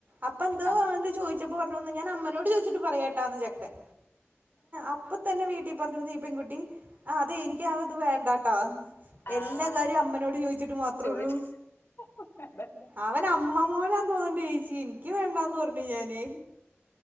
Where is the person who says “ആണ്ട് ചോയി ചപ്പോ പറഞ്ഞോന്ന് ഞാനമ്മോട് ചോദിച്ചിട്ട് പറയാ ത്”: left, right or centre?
Right